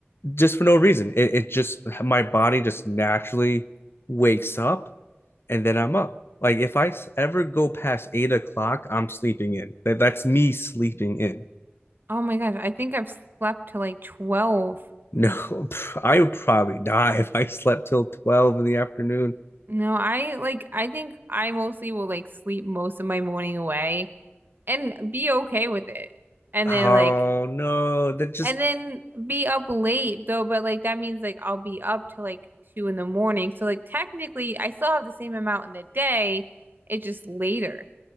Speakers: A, on the left; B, on the right.
A: just for no reason. It, it just my body just naturally wakes up, and then I'm up. Like if I ever go past eight o'clock, I'm sleeping in. That that's me sleeping in. <laughs>
B: Oh my gosh, I think I've slept till like 12.
A: No, I would probably die if I slept till 12 in the afternoon.
B: No, I like I think I mostly will like sleep most of my morning away and be okay with it. And
A: Oh
B: then like
A: no, that just
B: and then be up late though, but like that means like I'll be up till like two in the morning. So like technically I still have the same amount in the day. It's just later.